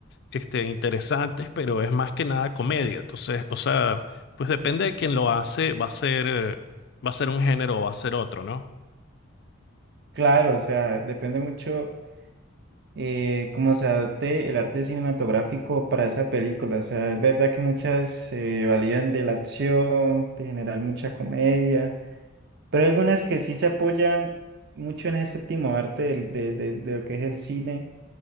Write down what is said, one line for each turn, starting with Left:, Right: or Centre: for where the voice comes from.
Left: este, interesantes, pero es más que nada comedia. Entonces, o sea, pues depende de quién lo hace, va a ser, eh, va a ser un género o va a ser otro, ¿no?
Right: claro, o sea, depende mucho eh, cómo se adopte el arte cinematográfico para esa película, o sea, es verdad que muchas se validan de la acción, de generar mucha comedia, pero hay algunas que sí se apoyan mucho en ese séptimo arte del- de, de de lo que es el cine